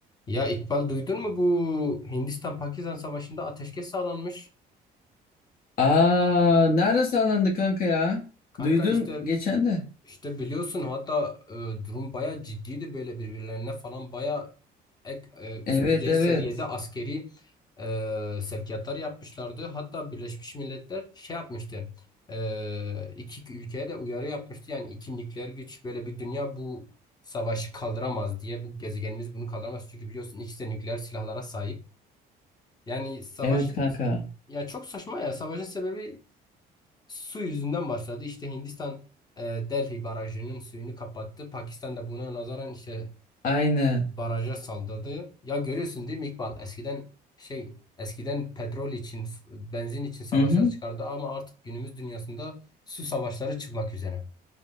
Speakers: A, on the left; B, on the left.
A: Ya İkbal duydun mu bu Hindistan-Pakistan savaşında ateşkes sağlanmış.
B: Aa, nerede sağlandı kanka ya?
A: Kanka
B: Duydum
A: işte
B: geçen de.
A: işte biliyorsun hatta e, durum baya ciddiydi böyle birbirlerine falan baya ek, e, üst
B: Evet
A: düzey
B: evet.
A: seviyede askeri e, sevkiyatlar yapmışlardı. Hatta Birleşmiş Milletler şey yapmıştı e, iki ülkeye de uyarı yapmıştı yani iki nükleer güç böyle bir dünya bu savaşı kaldıramaz diye bu gezegenimiz bunu kaldıramaz. Çünkü biliyorsun ikisi de nükleer silahlara sahip. Yani savaşın
B: Evet kanka.
A: ya çok saçma ya. Savaşın sebebi su yüzünden başladı. İşte Hindistan e, Delhi barajının suyunu kapattı. Pakistan da buna nazaran işte
B: Aynı.
A: baraja saldırdı. Ya görüyorsun değil mi İkbal? Eskiden şey eskiden petrol için, f- benzin için savaşlar
B: Hı hı.
A: çıkardı ama artık günümüz dünyasında su savaşları çıkmak üzere.